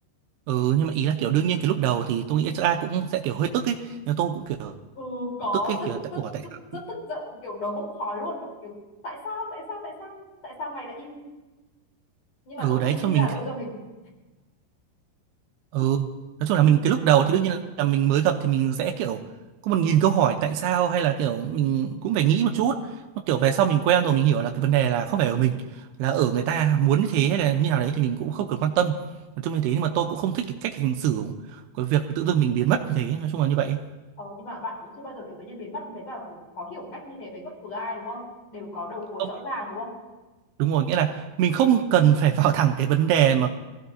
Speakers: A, on the right; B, on the left.
A: không? ừ nhưng mà ý là kiểu đương nhiên cái lúc đầu thì tôi nghĩ chắc ai cũng sẽ kiểu hơi tức ấy nhưng tôi cũng kiểu
B: Ừ, có
A: tức ấy
B: tức
A: kiểu tại
B: tức
A: ủa tại
B: tức
A: sao
B: rất tức giận kiểu đầu bốc khói luôn kiểu tại sao tại sao tại sao tại sao mày lại im nhưng
A: ừ
B: mà tôi
A: đấy
B: không nghĩ
A: cho mình
B: là lỗi do mình
A: Ừ, nói chung là mình cái lúc đầu thì đương nhiên là mình mới gặp thì mình sẽ kiểu có một nghìn câu hỏi tại sao hay là kiểu mình cũng phải nghĩ một chút. Nó kiểu về sau mình quen rồi mình hiểu là cái vấn đề là không phải ở mình, là ở người ta muốn như thế hay là như nào đấy thì mình cũng không cần quan tâm. Nói chung như thế nhưng mà tôi cũng không thích cái cách hành xử của việc tự dưng mình biến mất như thế, nói chung là như vậy.
B: Ờ, nhưng mà bạn cũng chưa bao giờ kiểu tự nhiên biến mất với cả khó hiểu một cách như thế với bất cứ ai đúng không? Đều có đầu cuối
A: Không,
B: rõ ràng đúng không?
A: đúng rồi, nghĩa là mình không cần phải vào thẳng cái vấn đề mà